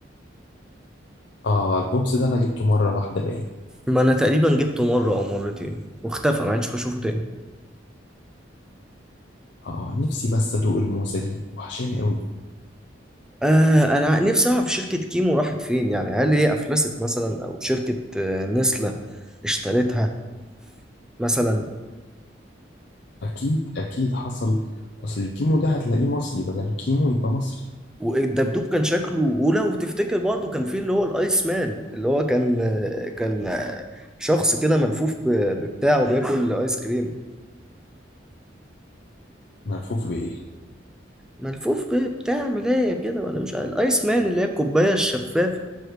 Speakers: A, on the left (about 60°); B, in the centre.
A: اه البوبس ده انا جبته مرة واحدة باين
B: ما انا تقريبا جبته مرة او مرتين واختفى ما عادش بشوفه تاني
A: اه نفسي بس ادوق الموزة دي وحشاني قوي
B: آه انا نفسي اعرف شركة كيمو راحت فين يعني هل هي افلست مثلا او شركة آه، نسلة اشترتها مثلا
A: اكيد اكيد حصل اصل الكيمو ده هتلاقيه مصري بدل الكيمو يبقى مصري
B: والدبدوب كان شكله ولو تفتكر برضو كان فيه اللي هو الايس مان اللي هو كان آه، كان آه، شخص كده ملفوف ب- ببتاع وبياكل ايس كريم
A: ملفوف بايه
B: ملفوف ببتاع ملاية كده ولا مش عارف الايس مان اللي هي الكوباية الشفافة